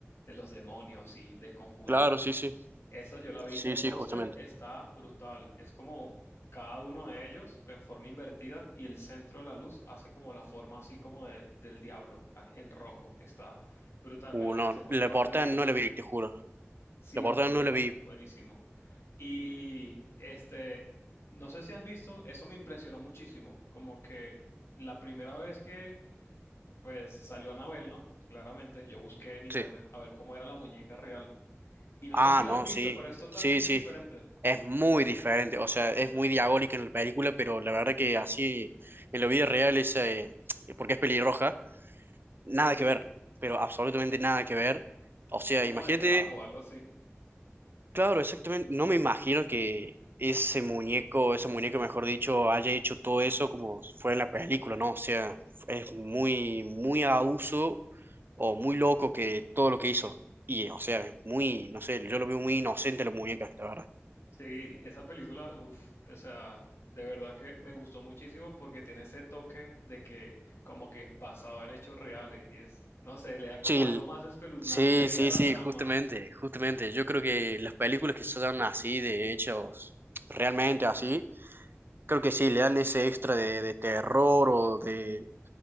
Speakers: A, on the left; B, on the right.
A: de los demonios y de conjurar.
B: claro, sí, sí,
A: Eso yo la vi.
B: sí,
A: El
B: sí,
A: póster
B: justamente.
A: está brutal. Es como cada uno de ellos en forma invertida y el centro de la luz hace como la forma así como de- del diablo ah, en rojo. Está brutal.
B: Uh,
A: Me lo voy
B: no,
A: a hacer un
B: la
A: par
B: portada
A: de días.
B: no la vi, te juro,
A: Sí,
B: la
A: la
B: portada
A: por
B: no
A: dos
B: la
A: A,
B: vi,
A: buenísimo. Y este, no sé si has visto, eso me impresionó muchísimo, como que la primera vez que pues salió Anabel, ¿no? Claramente yo busqué en internet
B: sí.
A: a ver cómo era la muñeca real. Y no
B: Ah,
A: sé si la
B: no,
A: has visto,
B: sí,
A: pero es totalmente
B: sí, sí,
A: diferente.
B: Es muy diferente, o sea, es muy diabólica en la película, pero la verdad que así en la vida real es, eh, porque es pelirroja, nada
A: Sí,
B: que ver, pero absolutamente nada que ver. O sea,
A: es como
B: imagínate,
A: de trapo, algo así.
B: claro, exactamente, no me imagino que ese muñeco, ese muñeco, mejor dicho, haya hecho todo eso como fue en la película, ¿no? O sea, es muy, muy abuso o muy loco que todo lo que hizo. Y, o sea, es muy, no sé, yo lo veo muy inocente a la muñeca, la verdad.
A: Sí, esa película, uff, o sea, de verdad que me gustó muchísimo porque tiene ese toque de que como que basado en hechos reales y es, no sé, le da como
B: Sí,
A: algo más espeluznante
B: Sí,
A: ahí
B: sí,
A: a la
B: sí,
A: trama.
B: justamente, justamente. Yo creo
A: Sí,
B: que las películas que son así, de hechos realmente así, creo que sí, le dan ese extra de, de terror o de